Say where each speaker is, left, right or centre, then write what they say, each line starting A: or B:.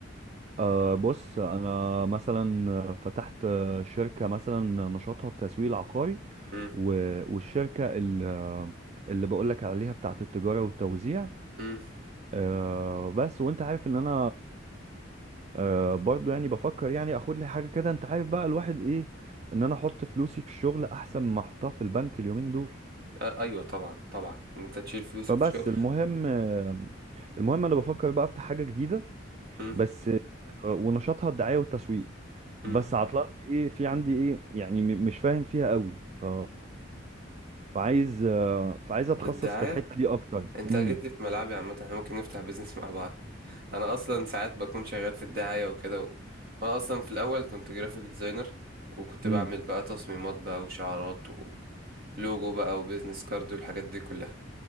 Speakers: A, on the right; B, on the right.
A: أه بص انا مثلا فتحت أه، شركة مثلا نشاطها التسويق العقاري
B: امم
A: و- والشركة ال- اللي بقولك عليها بتاعت التجارة والتوزيع
B: امم
A: أه بس وانت عارف ان انا أه برضو يعني بفكر يعني اخد لي حاجه كده انت عارف بقى الواحد ايه ان انا احط فلوسي في الشغل احسن ما احطها في البنك اليومين دول
B: آه ايوه طبعا طبعا انت تشيل فلوسك
A: فبس
B: في شغل
A: المهم آه، المهم انا بفكر بقى افتح حاجه جديده
B: امم
A: بس آه، ونشاطها الدعايه والتسويق
B: امم
A: بس عطلان في ايه في عندي ايه يعني م- مش فاهم فيها قوي ف فعايز آه، فعايز اتخصص
B: الدعايه
A: في الحته دي اكتر
B: انت
A: امم
B: جيت لي في ملعبي عامه احنا ممكن نفتح بيزنس <laughs> مع بعض انا اصلا ساعات بكون شغال في الدعايه وكده و... وانا اصلا في الاول كنت جرافيك ديزاينر وكنت
A: امم
B: بعمل بقى تصميمات بقى وشعارات ولوجو بقى وبيزنس كارد والحاجات دي كلها